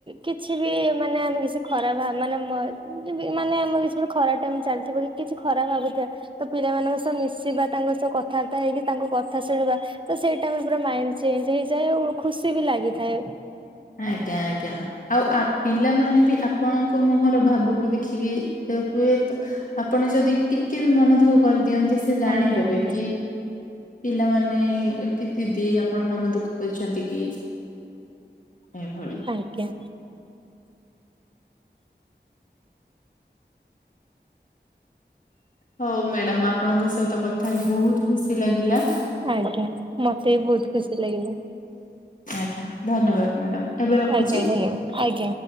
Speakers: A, on the right; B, on the left.
A: କିଛି ବି ମାନେ ଆମେ କିଛି ଖରାପ ଭାବ ମାନେ ମନେ ମାନେ ଆମର କିଛି ଖରା ଟାଇମ ଚାଲିଥିବ କି କିଛି ଖରାପ ଭାବୁଥିବା ତ ପିଲାମାନାନଙ୍କ ସହ ମିଶିବା ତାଙ୍କ ସହ କଥାବାର୍ତ୍ତା ହେଇକି ତାଙ୍କୁ କଥା ଶୁଣିବା ତ ସେଇଟାମର ପୁରା ମାଇ ଚେଞ୍ଜ ହେଇଯାଏ ଓ ଖୁସି ବି ଲାଗିଥାଏ
B: ଆଜ୍ଞା ଆଜ୍ଞା ଆଉ ଆପ ପିଲାମାନେ ବି ଆପଣଙ୍କ ମୁହଁରୁ ଭାବକୁ ଦେଖିକି ହୁଏ ତ ଆପଣ ଯଦି ଟିକେ ବି ମନଦୁଃଖ କରିଦିଅନ୍ତୁ ସେ ଜାଣିଦେବେ
A: ଆଜ୍ଞା ଆଜ୍ଞା
B: କି ପିଲାମାନେ କି ଦିଦି ଆପଣ ମନ ଦୁଃଖ କରିଛନ୍ତି କି ଏଭଳି <inaudible>
A: ଆଜ୍ଞା
B: ହଉ ମ୍ୟାଡାମ୍ ଆପଣଙ୍କ ସହିତ କଥା ହେଇ ବହୁତ ଖୁସି ଲାଗିଲା।
A: ଆଜ୍ଞା ମତେ ବି ବହୁତ ଖୁସି ଲାଗିଲା।
B: ଆଜ୍ଞା ଧନ୍ୟବାଦ ମ୍ୟାଡାାମ ଏବେ ରଖୁଛି।
A: ଆଜ୍ଞା ଧନ୍ୟବାଦ ଆଜ୍ଞା।